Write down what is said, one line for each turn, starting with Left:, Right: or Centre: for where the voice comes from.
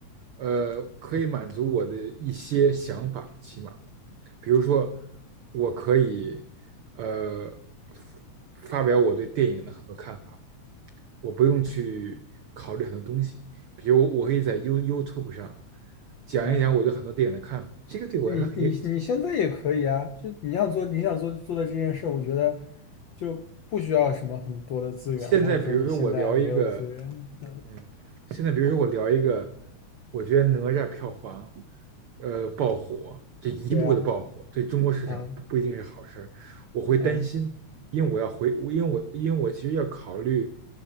Right: 呃，可以满足我的一些想法，起码，比如说，我可以，呃，发表我对电影的很多看法，我不用去考虑很多东西，比如我可以在 You YouTube 上讲一讲我对很多电影的看法，
Left: 嗯。
Right: 这个对我来说很也。
Left: 你你你现在也可以啊，就你要做你想做做的这件事，我觉得就不需要什么很多的资源，
Right: 现在比如说我聊一个
Left: 或者说你现在没有资源，嗯，
Right: 嗯，现在比如说我聊一个，我觉得哪吒票房，呃，爆火，这一部的爆火对中国市场不不一定是好事儿，
Left: 对啊，啊
Right: 我会担心，
Left: 嗯
Right: 因为我要回，因为我因为我其实要考虑